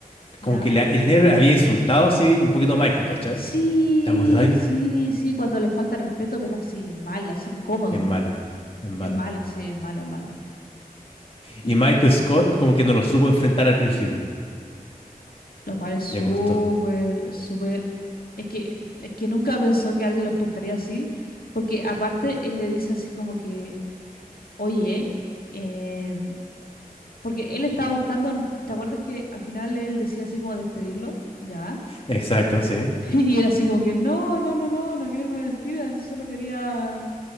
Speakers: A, on the left; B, on the left.
A: ¿ya?
B: como que la- el negro había insultado, sí, un poquito a Michael, ¿cachai?
A: Sí,
B: ¿Te acordáis?
A: sí, sí, cuando le falta respeto, pero así, mal, así, incómodo.
B: Es mala, es mala.
A: Es mala, sí, es mala, mala. Y
B: Y Michael Scott, como que no lo supo enfrentar al principio.
A: lo cual es súper,
B: Le costó.
A: súper... Es que, es que nunca pensó que alguien lo enfrentaría así, porque aparte él le dice así como que, oye, em, Porque él estaba buscando, ¿te acuerdas que al final él decía así como despedirlo? Ya.
B: Exacto, sí.
A: <laughs> Y era así como que, no, no, no, no, no quiero que me despidan, solo quería,